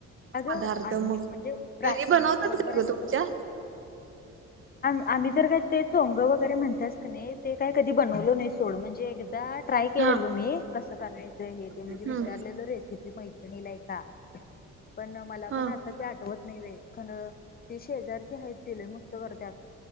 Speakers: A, on the left (about 30°); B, on the right (about 45°).
A: अगं
B: पदार्थ
A: आधुनिक
B: मग
A: म्हणजे प्राचीन
B: घरी बनवतात
A: बरोबर
B: का
A: आहे
B: ग
A: तू.
B: तुमच्या
A: आमी आम्ही जर काय ते चोंग वगैरे म्हणत्यास की नाही ते काय कधी बनवलो नाही थोड म्हणजे एकदा ट्राय केलेलो
B: हा
A: मी कसं करायचं हे ते म्हणजे
B: हम्म
A: विचारलेलो रेसिपी मैत्र णीला एकदा पण मला
B: हा
A: पण आता ते आठवत नाही ये खरं ती शेजारची हायत ति लई मस्त करत्यात